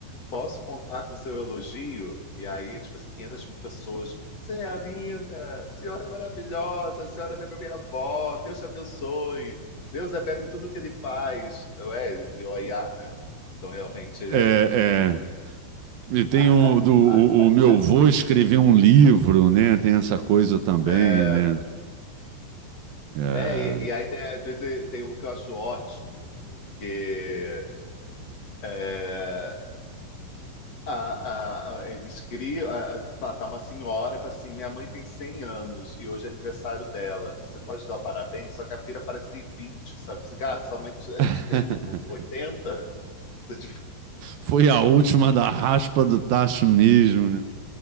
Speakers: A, on the left; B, on the right.
A: posso contar com seu elogio? E aí, tipo assim, 500 pessoas. Você é linda, a senhora é maravilhosa, a senhora lembra minha avó, Deus te abençoe. Deus é belo em tudo que ele faz. Ué, ele criou a IA, né? Então, realmente, ele
B: É,
A: é.
B: é. E tem
A: <laughs>
B: o, do, o, o meu avô escrever um livro, né? Tem essa coisa também,
A: É,
B: né? É.
A: É, e, e aí tem, às vezes tem um que eu acho ótimo, porque é, a- a- a- eles criam, a- a- tá, tá uma senhora, e fala assim, minha mãe tem 100 anos e hoje é aniversário dela, você pode dar o parabéns? Só que a filha parece que tem 20, sabe? Assim, Gato, sua mãe te,
B: <laughs>
A: te teve com 80? Você,
B: Foi a última da raspa do tacho mesmo, né?